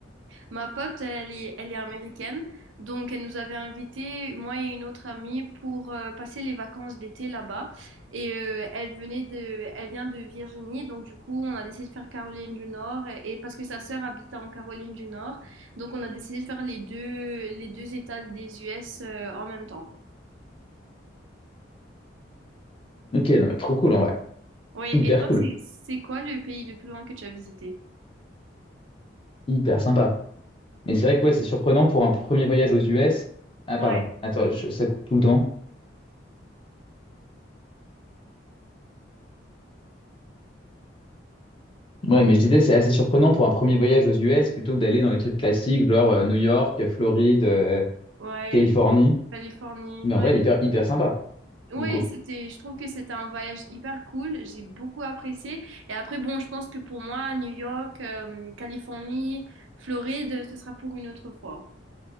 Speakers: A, on the right; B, on the left.
A: Ma pote, elle est, elle est américaine, donc elle nous avait invités, moi et une autre amie, pour euh, passer les vacances d'été là-bas. Et euh, elle venait de, elle vient de Virginie, donc du coup, on a décidé de faire Caroline du Nord, et, et parce que sa sœur habitait en Caroline du Nord, donc on a décidé de faire les deux, les deux États des US euh, en même temps.
B: ok, non, mais trop cool, en vrai.
A: Oui,
B: Hyper
A: et toi,
B: cool.
A: c'est, c'est quoi le pays le plus loin que tu as visité?
B: Hyper sympa. Mais c'est vrai que, ouais, c'est surprenant pour un premier voyage aux US. Ah,
A: Ouais,
B: pardon. Attends, je- ça coupe tout le temps. Ouais, mais je disais, c'est assez surprenant pour un premier voyage aux US plutôt que d'aller dans les trucs classiques, genre euh, New York, Floride, euh,
A: ouais,
B: Californie.
A: Californie,
B: Mais
A: ouais.
B: en vrai, hyper, hyper sympa,
A: Oui,
B: du coup.
A: c'était, je trouve que c'était un voyage hyper cool. J'ai beaucoup apprécié. Et après, bon, je pense que pour moi, New York, euh, Californie, Floride, ce sera pour une autre fois.